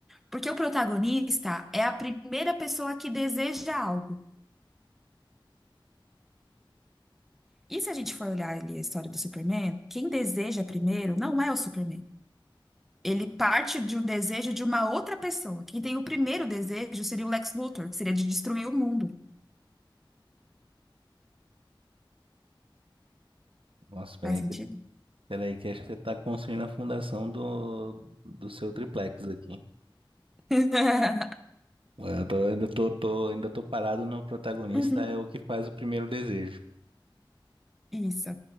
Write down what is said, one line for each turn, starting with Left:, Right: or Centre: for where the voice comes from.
Centre: Porque o protagonista é a primeira pessoa que deseja algo. E se a gente for olhar ali a história do Superman, quem deseja primeiro não é o Superman. Ele parte de um desejo de uma outra pessoa. Quem tem o primeiro desejo seria o Lex Luthor, que seria de destruir o mundo.
Right: Nossa, peraí
Centre: Faz sentido?
Right: que, peraí que acho que você tá construindo a fundação do, do seu triplex aqui.
Centre: <laughs>
Right: Ué, Eu tô, ainda tô, tô- ainda tô parado no protagonista
Centre: Uhum,
Right: é o que faz o primeiro desejo.
Centre: isso.